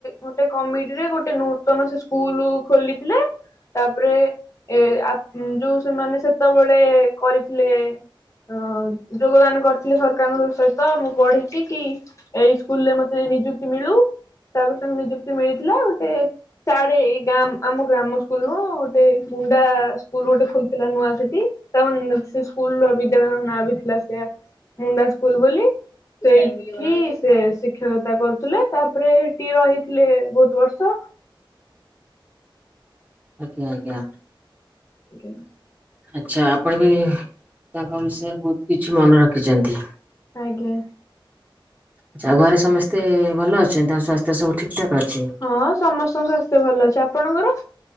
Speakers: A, on the left; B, on the right.
A: ଗୋଟେ କମିଟି ରଗୋଟେ ନୂତନ ସେ ସ୍କୁଲ ଖୋଲିଥିଲେ। ତାପରେ ଏ ଆ ଯୋଉ ସେମାନେ ସେତେବେଳେ କରିଥିଲେ। ହ ଯୋଗଦାନ କରିଥିଲେ ସରକାରଙ୍କ ସହିତ। ତ ମୁଁ ପଢିଛି କି ଏଇ ସ୍କୁଲରେ ମତେ ନିଯୁକ୍ତି ମିଳୁ। ତାପରେ ତାଙ୍କୁ ନିଯୁକ୍ତି ମିଳିଥିଲା ଗୋଟେ ସାଡେ ଏଇ ଗା ଆମ ଗ୍ରାମ ସ୍କୁଲରୁ ଗୋଟେ ମୁଣ୍ଡା ସ୍କୁଲ ଗୋଟେ ଖୋଲିଥିଲା ନୂଆ ସେଠି। ତ ନୁ ସେ ସ୍କୁଲର ବିଦ୍ୟାଳୟର ନାଁ ବି ଥିଲା ସେଇଆ ମୁଣ୍ଡା ସ୍କୁଲ ବୋଲି। ସେଇଠି ସେ ଶିକ୍ଷକତା କରୁଥିଲେ ତାପରେ ହେଠି ରହିଥିଲେ ବହୁତ ବର୍ଷ।
B: ଆଜ୍ଞା ଆଜ୍ଞା।
A: ଆଜ୍ଞା।
B: ଆଛା ଆପଣ ବି ତାଙ୍କ ବିଷୟରେ ବହୁତ କିଛି ମନେ ରଖିଛନ୍ତି।
A: ଆଜ୍ଞା।
B: ଆଛା ଆଉ ଘରେ ସମସ୍ତେ ଭଲ ଅଛନ୍ତି ତାଙ୍କ ସ୍ୱାସ୍ଥ୍ୟ ସବୁ ଠିକ୍ ଠାକ୍ ଅଛି।
A: ହଁ ସମସ୍ତଙ୍କ ସ୍ୱାସ୍ଥ୍ୟ ଭଲ ଅଛି ଆପଣଙ୍କର?